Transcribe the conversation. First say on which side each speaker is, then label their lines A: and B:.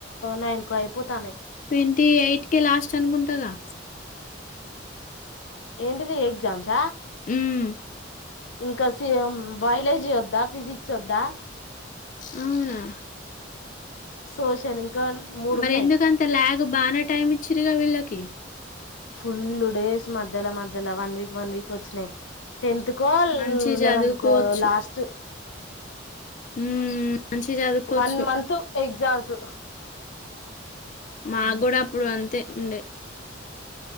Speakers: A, on the left; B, on the left.
A: నైన్కో అయిపోతానే.
B: ట్వంటీ ఎయిట్ క లాస్ట్ అనుకుంటదా.
A: ఎంటది ఎగజామ్సా
B: ఉమ్
A: ఇంకా సఎ బయాలజీ వద్దా ఫిజిక్స్ వద్దా.
B: అవునా.
A: సోషల్. ఇంకా మూడు
B: మరి
A: ఉన్నాయి
B: ఎందుకంత లాగ్. బానే టైమ్ ఇచ్చరుగా వీళ్ళకి.
A: ఫుల్ డేస్ మధ్యలో మధ్యలో వన్ వీక్ వన్ వీక్ వచ్చినాయి టెన్త్ కో
B: మంచిగా చదువుకోవచ్చు
A: లెవెంతత్కో లాస్ట్
B: ఉమ్ మంచిగా చదువుకోవచ్చు
A: వన్ మంత్ ఎగ్జామ్స్
B: మా కూడా అప్పుడు అంతే ఉండే.